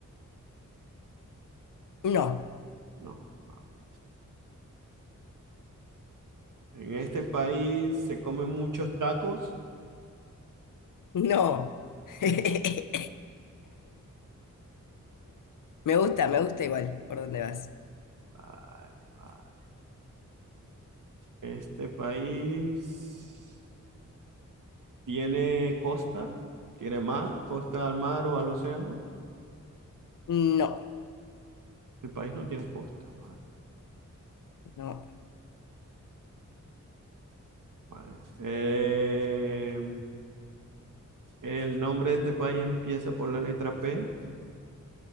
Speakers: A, on the left; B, on the right.
A: No.
B: No, vale. En este país se comen muchos tacos.
A: No. <laughs> Me gusta, me gusta igual por dónde vas.
B: Vale, vale. Este país tiene costa, tiene mar, costa al mar o al océano.
A: No,
B: El país no tiene costa, vale,
A: no,
B: vale. Eh, el nombre de este país empieza por la letra P.